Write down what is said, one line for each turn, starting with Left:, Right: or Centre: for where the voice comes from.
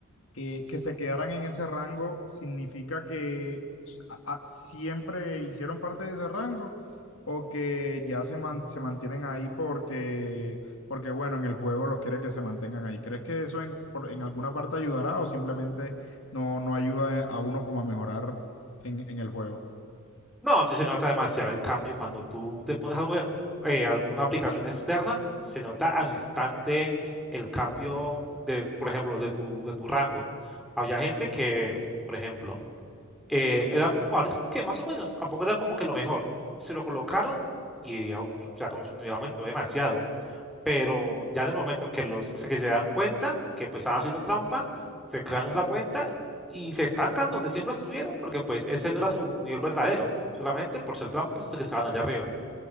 Left: eh, que se quedaran en ese rango significa que a- a- siempre hicieron parte de ese rango o que ya se, man- se mantienen ahí porque, porque, bueno, en el juego los quiere que se mantengan ahí. ¿Crees que eso en, por- en alguna parte ayudará o simplemente no, no ayuda a uno como a mejorar en, en el juego?
Centre: No, sí se nota demasiado el cambio cuando tú te pones algo, de- eh, alguna aplicación externa, se nota al instante el cambio de, por ejemplo, de tu, de tu rango. Había gente que, por ejemplo, eh, eran jugadores como que más o menos, tampoco era como que lo mejor. Se lo colocaron y, au- o sea, como su nivel aumentó demasiado pero ya en el momento que los se- que se dan cuenta que pues están haciendo trampa, se crean otra cuenta y se estancan donde siempre estuvieron, porque pues ese no era su nivel verdadero, solamente por ser tramposos que estaban allá arriba.